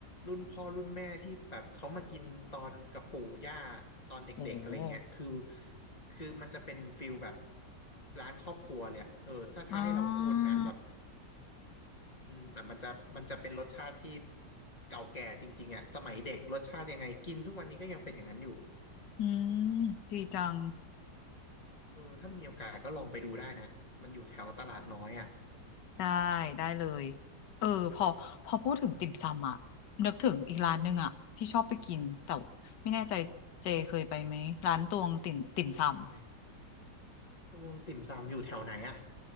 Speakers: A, on the left; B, on the left.
A: รุ่นพ่อรุ่นแม่ที่แบบเขามากินตอนกับปู่ย่าตอนเด็กๆอะไรเงี้ยคือ
B: โอ้
A: คือมันจะเป็นฟิลแบบร้านครอบครัวเลยอะเออถ้าถ้าให้เราพูดนะแบบ
B: อ่า
A: อืมแต่มันจะมันจะเป็นรสชาติที่เก่าแก่จริงๆอ่ะสมัยเด็กรสชาติยังไงกินทุกวันนี้ก็ยังเป็นอย่างนั้นอยู่
B: อืม ดีจัง
A: เออถ้ามีโอกาสก็ลองไปดูได้นะมันอยู่แถวตลาดน้อยอ่ะ
B: ได้ได้เลย เออพอพอพูดถึงติ่มซำอะนึกถึงอีกร้านหนึ่งอะที่ชอบไปกินแต่ไม่แน่ใจเจเคยไปไหมร้านตวงติ่มติ่มซำ
A: นั่นเลยตวงติ่มซำอยู่แถวไหนอ่ะ